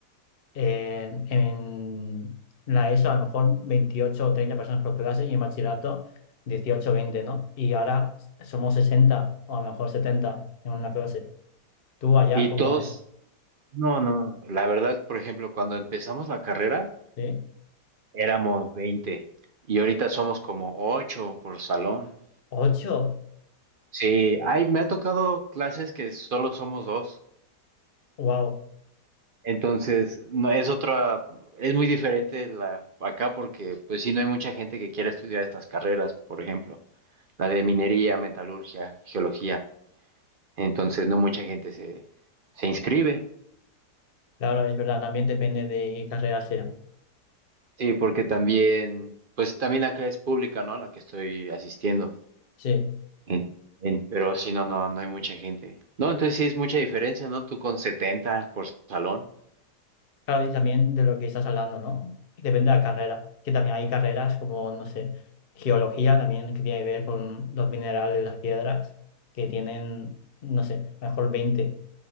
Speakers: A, on the left (about 45°); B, on the right (about 55°).
A: eh, en la ESO a lo mejor 28 o 30 personas por clase y en bachillerato 18 o veinte ¿no? Y ahora somos 60 o a lo mejor 70 en una clase. ¿Tú allá
B: y
A: cómo
B: todos,
A: es?
B: no, no, no. La verdad, por ejemplo, cuando empezamos la carrera,
A: ¿Sí?
B: Éramos 20 y ahorita somos como 8 por salón.
A: ocho
B: Sí, ay, me ha tocado clases que solo somos dos.
A: Wow.
B: Entonces, no es otra, es muy diferente la acá porque pues sí no hay mucha gente que quiera estudiar estas carreras, por ejemplo, la de minería, metalurgia, geología. Entonces, no mucha gente se se inscribe.
A: Claro, es verdad, también depende de qué carrera sea.
B: Sí, porque también pues también acá es pública, ¿no? La que estoy asistiendo.
A: Sí.
B: En- en- pero si no, no, no hay mucha gente. No, entonces sí es mucha diferencia, ¿no? Tú con 70 por salón.
A: Claro, y también de lo que estás hablando, ¿no? Depende de la carrera, que también hay carreras como, no sé, geología también que tiene que ver con los minerales, las piedras, que tienen, no sé, mejor 20